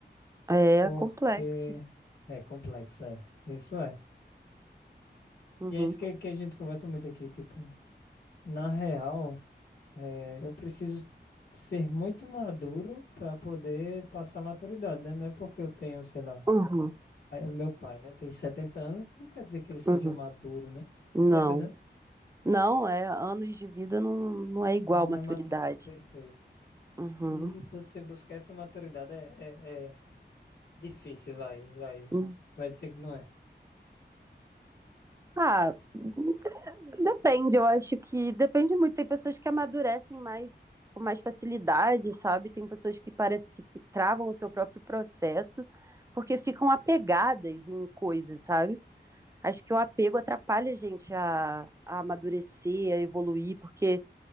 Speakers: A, on the right (about 15°); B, on the left (about 60°).
A: É
B: Porque
A: complexo.
B: é complexo, é. Isso é.
A: Uhum.
B: E é isso que, que a gente conversa muito aqui, tipo. Na real, eh, eu preciso ser muito maduro para poder passar maturidade, né? Não é porque eu tenho, sei lá,
A: Uhum.
B: aí o meu pai, né, tem 70 anos, não quer dizer que ele seja
A: Uhum.
B: maduro, né?
A: Não.
B: Tá entendendo?
A: Não, é, anos de vida não, não é igual
B: Não
A: maturidade.
B: é matu... Perfeito.
A: Uhum.
B: E você buscar essa maturidade é, é, é difícil, vai, vai.
A: Hum.
B: Vai dizer que não é.
A: Ah, de- depende, eu acho que depende muito. Tem pessoas que amadurecem mais com mais facilidade, sabe? Tem pessoas que parece que se travam o seu próprio processo porque ficam apegadas em coisas, sabe? Acho que o apego atrapalha a gente a, a amadurecer, a evoluir, porque